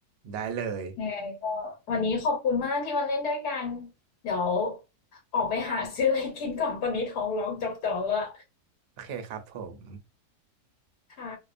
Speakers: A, on the right; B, on the left.
A: ได้เลย
B: ยังไงก็วันนี้ขอบคุณมากที่มาเล่นด้วยกันเดี๋ยวออกไปหาซื้ออะไรกินก่อนตอนนี้ท้องร้องจอกๆแล้ว
A: โอเคครับผม
B: ค่ะ